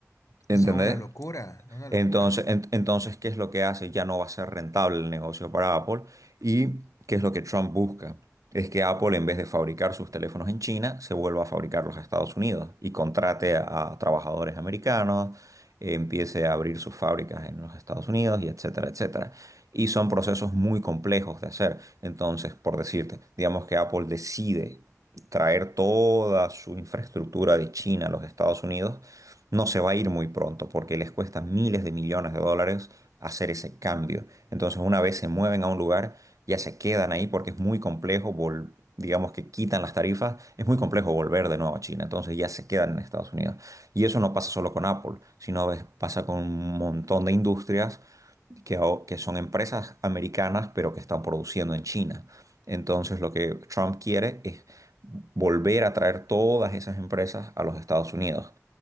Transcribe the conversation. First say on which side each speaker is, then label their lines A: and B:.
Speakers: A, on the right; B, on the left.
A: ¿Entendés?
B: Eso es una locura, una locura.
A: Entonces, en- entonces, ¿qué es lo que hace? Ya no va a ser rentable el negocio para Apple. ¿Y qué es lo que Trump busca? Es que Apple, en vez de fabricar sus teléfonos en China, se vuelva a fabricarlos en Estados Unidos y contrate a, a trabajadores americanos, empiece a abrir sus fábricas en los Estados Unidos y etcétera, etcétera. Y son procesos muy complejos de hacer. Entonces, por decirte, digamos que Apple decide traer toda su infraestructura de China a los Estados Unidos no se va a ir muy pronto porque les cuesta miles de millones de dólares hacer ese cambio. Entonces, una vez se mueven a un lugar, ya se quedan ahí porque es muy complejo, vol- digamos que quitan las tarifas, es muy complejo volver de nuevo a China. Entonces, ya se quedan en Estados Unidos. Y eso no pasa solo con Apple, sino es- pasa con un montón de industrias que, ao- que son empresas americanas, pero que están produciendo en China. Entonces, lo que Trump quiere es volver a traer todas esas empresas a los Estados Unidos.